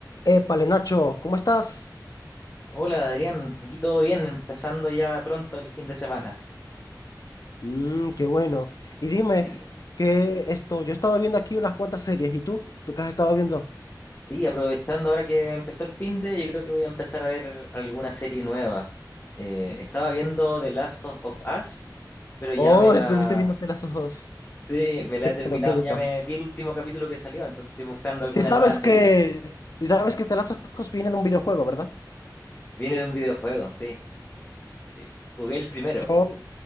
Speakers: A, on the left; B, on the left.
A: Épale, Nacho, ¿cómo estás?
B: Hola Adrián, aquí todo bien, empezando ya pronto el fin de semana.
A: Mmm, qué bueno. Y dime,
B: Sí,
A: ¿qué esto? Yo he estado viendo aquí unas cuantas series, ¿y tú? ¿Tú qué has estado viendo?
B: y aprovechando ahora que empezó el fin de, yo creo que voy a empezar a ver alguna serie nueva. Eh, estaba viendo The Last of of Us, pero ya
A: Oh,
B: me la,
A: estuviste viéndote las ojos.
B: sí, me la he terminado,
A: Bueno, qué bueno.
B: ya me vi el último capítulo que salió, entonces estoy buscando alguna
A: Si sabes
B: nueva serie.
A: que, si sabes que te las ojos viene de un videojuego, ¿verdad?
B: Viene de un videojuego, sí, sí. Jugué el primero,
A: Yo,